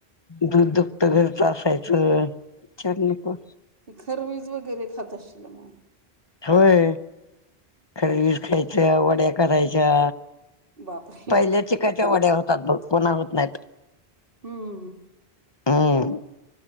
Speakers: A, on the left; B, on the right.
A: दूध दपत घरच असायच विचारु नको
B: ती खरवीज वगैरे खात अशी न म??
A: होय खरवीज खायच्या वड्या करायच्या
B: बापरे
A: पहिल्या चिकाच्या वड्या होतात बघ कोणा होत नाइत.
B: हम्म
A: हम्म